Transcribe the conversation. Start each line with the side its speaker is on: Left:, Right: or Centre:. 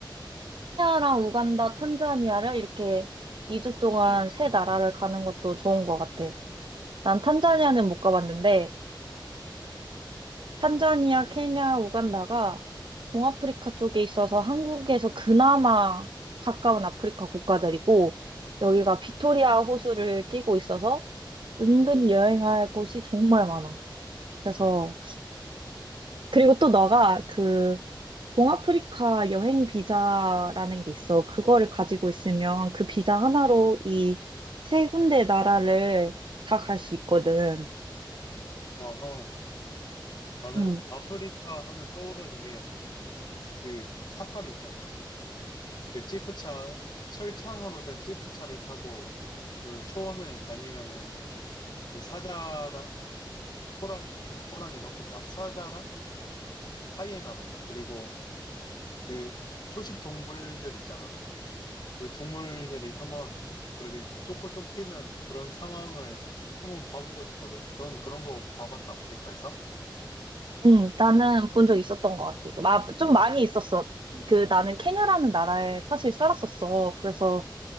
Right: 케냐랑 우간다, 탄자니아를 이렇게 2주 동안 세 나라를 가는 것도 좋은 것 같아. 난 탄자니아는 못 가봤는데 탄자니아, 케냐, 우간다가 동아프리카 쪽에 있어서 한국에서 그나마 가까운 아프리카 국가들이고 여기가 빅토리아
Left: 음.
Right: 호수를 끼고 있어서 은근히 여행할 곳이 정말 많아. 그래서 그리고 또 너가 그 동아프리카 여행 비자라는 게 있어. 그거를 가지고 있으면 그 비자 하나로 이 세 군데 나라를 다 갈 수 있거든.
Left: 어허. 나는
Right: 음,
Left: 아프리카 하면 떠오르는 게 그 사파리 있잖아. 그 지프차, 철창으로 된 지프차를 타고 그 초원을 다니면은 그 사자랑 호랑, 아니 호랑이 넣겠다. 사자랑 하이에나들, 그리고 그 초식 동물들 있잖아. 그 동물들이 한번 그렇게 쫓고 쫓기는 그런 상황을 한번 봐보고 싶거든. 넌 그런 거 봐봤어, 아프리카에서?
Right: 응, 나는 본 적 있었던 것 같아. 마, 좀 많이 있었어. 그, 나는 케냐라는 나라에 사실 살았었어. 그래서,